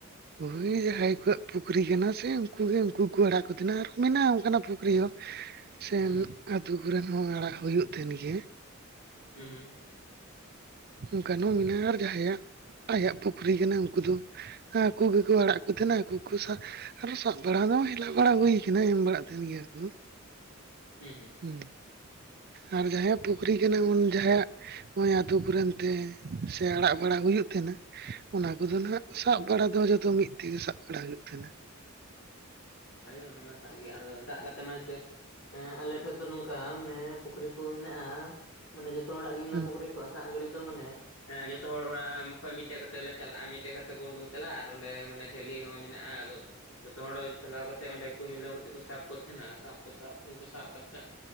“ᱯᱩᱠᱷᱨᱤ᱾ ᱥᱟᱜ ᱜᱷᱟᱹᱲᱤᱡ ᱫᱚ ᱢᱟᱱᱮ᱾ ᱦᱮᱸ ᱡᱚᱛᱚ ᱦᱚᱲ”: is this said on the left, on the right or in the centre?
Left